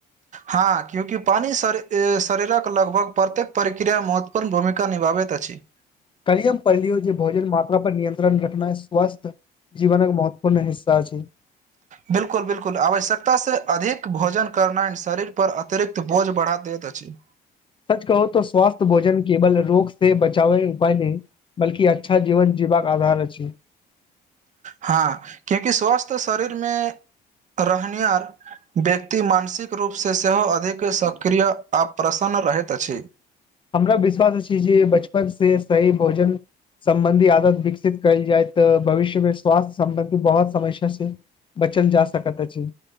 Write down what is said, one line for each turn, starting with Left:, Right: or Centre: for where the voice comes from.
Right: हां क्यूंकि पानी श शरीरक लगभग प्रत्येक प्रक्रिया मे महत्वपूर्ण भूमिका निभाबैत अछि।
Left: कल्हि हम पढ़लियो, जे भोजन मात्रा पर नियंत्रण रखनाय स्वस्थ जीवनक महत्वपूर्ण हिस्सा छैय।
Right: बिल्कुल बिल्कुल आवश्यकता से अधिक भोजन करनाइ शरीर पर अतिरिक्त बोझ बढ़ा दैत अछि।
Left: सच कहूं तो स्वास्थ्य भोजन केवल रोग से बचावै उपाय नै बल्कि अच्छा जीवन जीबाक आधार अछि।
Right: हां कियाकि स्वस्थ शरीरमे रहनिहार व्यक्ति मानसिक रूपसे सेहो अधिक सक्रिय आ प्रसन्न रहैत अछि।
Left: हमरा विश्वास अछि, जे बचपन से सही भोजन सम्बन्धी आदत विकसित कयल जाय तऽ भविष्य मे स्वास्थ्य सम्बन्धी बहुत समस्या से बचल जा सकत अछि।